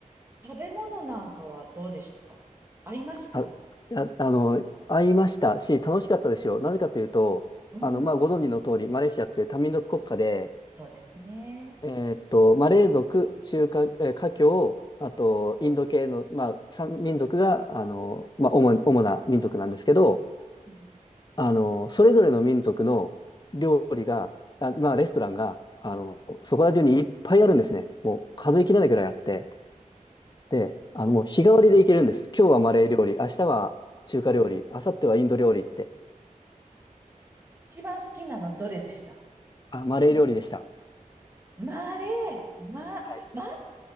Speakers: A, on the right; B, on the left.
A: 食べ物なんかはどうでしたか合いました
B: あ、いや、あの、会いましたし、楽しかったですよ。なぜかというと、
A: うん、
B: あの、まあ、ご存知の通り、マレーシアって多民族国家で、
A: そうですね。
B: えーっと、マレー族、中華、えー華僑、あと、インド系の、まあ、三民族が、あの、まあ、主に、主な民族なんですけど、
A: うん
B: あの、それぞれの民族の料理が、あ、まあ、レストランが、あの、そこら中にいっぱいあるんですね。もう数えきれないぐらいあって。で、
A: いいな
B: あの、もう日替わりでいけるんです。今日はマレー料理、明日は中華料理、明後日はインド料理って。
A: 一番好きなのどれでした
B: あ、マレー料理でした。
A: マーレー、マ、
B: はい。
A: マーレー